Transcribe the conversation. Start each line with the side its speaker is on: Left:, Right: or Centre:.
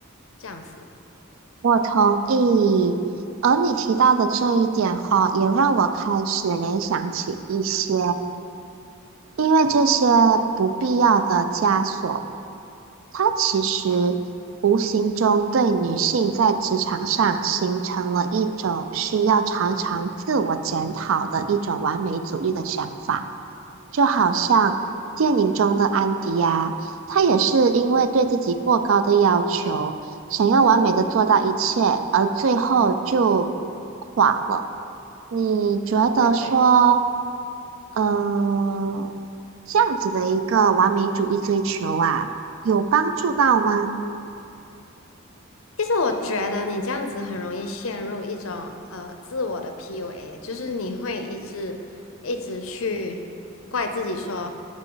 Left: 这样子。
Right: 我同意，而你提到的这一点哈，也让我开始联想起一些，因为这些不必要的枷锁。它其实无形中对女性在职场上形成了一种需要常常自我检讨的一种完美主义的想法，就好像电影中的安迪啊，她也是因为对自己过高的要求，想要完美的做到一切，
Left: 嗯，
Right: 而最后就垮了。你觉得说，
Left: 对对。
Right: 嗯、这样子的一个完美主义追求啊，有帮助到吗？
Left: 其实我觉得你这样子很容易陷入一种呃自我的 PUA，就是你会一直一直去怪自己说，